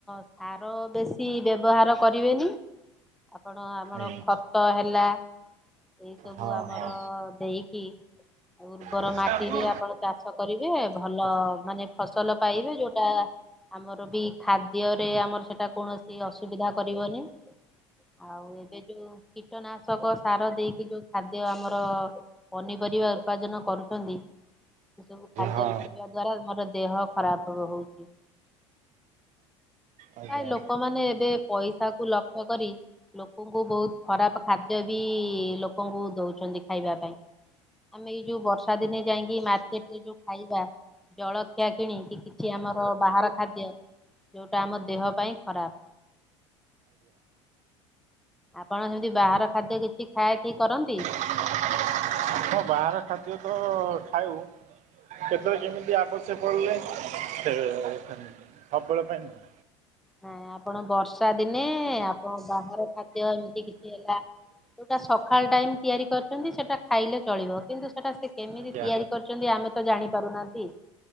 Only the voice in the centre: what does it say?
ସାର ବେଶୀ ବ୍ୟବହାର କରିବେନି? ଆପଣ ଆମର
ଖତ ହେଲା। ଏଇ ସବୁ
ଆମର
ଦେଇକି ଉର୍ବର
ମାଟିରେ
ଆପଣ ଚାଷ କରିବେ ଭଲ ମାନେ ଫସଲ ପାଇବେ ଯୋଉଟା ଆମର ବି ଖାଦ୍ୟରେ ଆମର ସେଠ ସେଟା କୌଣସି ଅସୁବିଧା କରିବନି ଆଉ ଏବେ ଯୋଉଁ କୀଟନାଶକ ସାର ଦେଇକି ଯୋଉ ଖାଦ୍ୟ ଆମର। ପନିପରିବା ଉପାର୍ଜନ କରୁଛନ୍ତି ଏ ସବୁ ଖାଦ୍ୟ
ଖାଇବା ଦ୍ଵାରା ଆମର ଦେହ ଖରାପ ହହଉଛି?
କାଇଁ
ଲୋକମାନେ ଏବେ ପଇସା କଥାକୁ ଲକ୍ଷ୍ୟ କରି ଲୋକଙ୍କୁ ବହୁତ ଖରାପ ଖାଦ୍ୟ ବି ଲୋକଙ୍କୁ ଦଉ ଛନ୍ତି ଖାଇବା ପାଇଁ ଆମେ ଏଇ ଯୋଉଁ ବର୍ଷା ଦିନେ ଯାଇକି ମାର୍କେଟରେ ଯୋଉଁ ଖାଇବା ଜଳ ଖିଆକିଣି କି କିଛି ଆମର ବାହାର ଖାଦ୍ୟ ଯେଉଁଟା ଆମ ଦେହ ପାଇଁ ଖରାପ? ଆପଣ ଯଦି ବାହାର ଖାଦ୍ୟ କିଛି ଖାୟା ଖିଇ କରନ୍ତି?
ହେଁ ଆପଣ ବର୍ଷା ଦିନେ ଆପଣ ବାହାର ଖାଦ୍ୟ ଏମିତି କିଛି ହେଲା ଯୋଉଟା ସଖାଳ ଟାଇମ୍ ତିଆରି କରିଛନ୍ତି ସେଟା ଖାଇଲେ ଚଳିବ। କିନ୍ତୁ ସେଟା କେମିତି
ତିଆରି କରିଛନ୍ତି ଆମେ ତ ଜାଣି ପାରୁନାହାନ୍ତି।